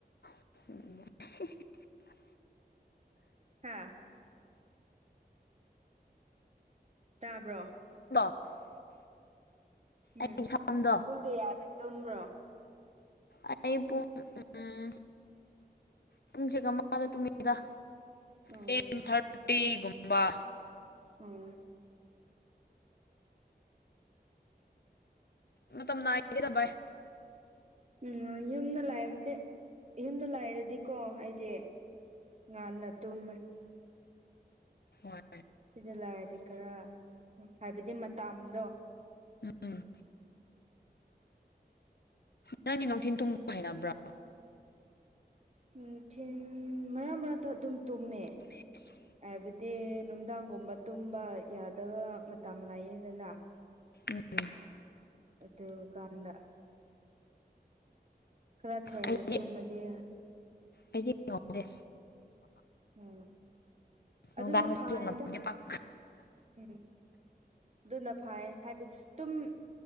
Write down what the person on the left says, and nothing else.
<unintelligible>
<inaudible>
ꯑꯩꯒꯤ ꯁꯝꯗꯣ
ꯑꯩ ꯄꯨꯡ ꯎꯝ ꯄꯨꯡ ꯆꯒꯥꯃꯗ ꯇꯨꯃꯤꯗ
ꯇꯦꯟ ꯊꯥꯔꯇꯤꯒꯨꯝꯕ
ꯃꯇꯝ ꯅꯥꯏꯗꯦꯗ ꯚꯥꯏ
ꯃꯥꯅꯦ
ꯎꯝ ꯅꯪꯗꯤ ꯅꯨꯡꯊꯤꯟ ꯇꯨꯝꯕ ꯍꯥꯏꯅꯕ꯭ꯔꯣ
ꯎꯝ
ꯎꯝ
ꯑꯩꯗꯤ
ꯑꯩꯗꯤ ꯄꯨꯊꯣꯛꯇꯦ
ꯅꯨꯡꯗꯥꯡꯗꯁꯨ
ꯉꯝꯗꯦ ꯄꯥꯛ